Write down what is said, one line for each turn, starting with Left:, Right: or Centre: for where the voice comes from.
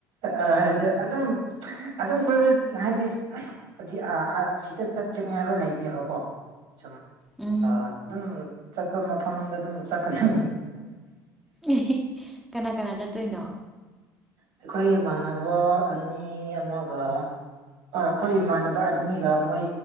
Right: ꯑ ꯍꯥꯏꯗ ꯑꯗꯨꯝ ꯑꯗꯨꯝ ꯀꯣꯏꯕ ꯍꯥꯏꯗꯤ ꯑꯗꯤ ꯑꯁꯤꯗ ꯆꯠꯀꯅꯤ ꯍꯥꯏꯕ ꯂꯩꯇꯦꯕꯀꯣ ꯁꯨꯝ
Centre: ꯎꯝ
Right: ꯑ ꯑꯗꯨꯝ ꯆꯠꯄ ꯃꯐꯝꯗ ꯑꯗꯨꯝ ꯆꯠꯄꯅꯦ
Centre: ꯑꯦ ꯀꯅꯥ ꯀꯅꯥ ꯆꯠꯇꯣꯏꯅꯣ
Right: ꯑꯩꯈꯣꯏ ꯏꯃꯥꯟꯅꯕ ꯑꯅꯤ ꯑꯃꯒ ꯍꯣꯏ ꯑꯩꯈꯣꯏ ꯏꯃꯥꯟꯅꯕ ꯑꯅꯤꯒ ꯃꯣꯏ